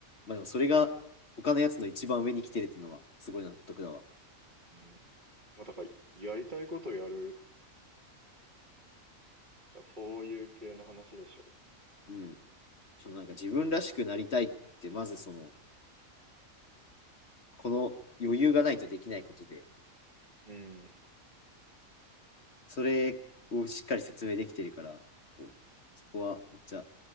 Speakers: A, on the left (about 55°); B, on the right (about 35°).
A: まあでもそれが他のやつの一番上に来てるっていうのはすごい納得だわ。
B: うん。まあ、だから、やりたいことやるとか、そういう系の話でしょ
A: うん。そのなんか自分らしくなりたいって、まずその、この余裕がないとできないことで、
B: う。うん、
A: それをしっかり説明できてるから、こう、そこはめっちゃ